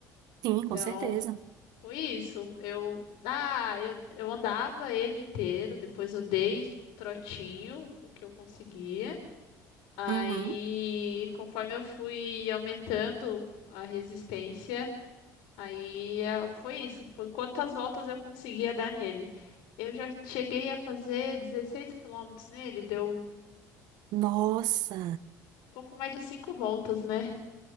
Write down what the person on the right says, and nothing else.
Sim,
com certeza.
Uhum.
Nossa,